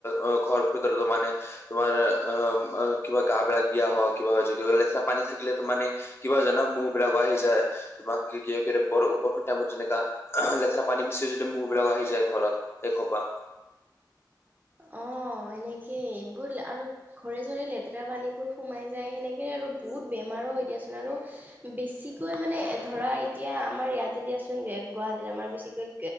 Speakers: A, on the left; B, on the right.
A: অঁ ঘৰ ভিতৰতো মানে- তোমাৰ অ কিবা গা বিলাক বিয়া হওঁক, কিবা লেতেৰা পানী থাকিলে তো মানে- কিবা জেনম মূহ বিলাক আহি যায় তোমাকৰ কিহৰ কিহৰ বৰ বৰষুণ টাইমত যেনেকা লেতেৰা পানী বেছি যদি মূহ বিলাকো আহি যায় ঘৰত একসোপা
B: অ সেনেকে এইবোৰ আৰু ঘৰে চৰে লেতেৰা পানীবোৰ সোমাই যায় সেনে কে আৰু বহুত
A: উম
B: বেমাৰো হৈ দিয়াচোন আৰু বেছিকৈ মানে ধৰা এতিয়া আমাৰ ইয়াতে দিয়াচোন গুৱাহাটীত আমাৰ বেছিকৈ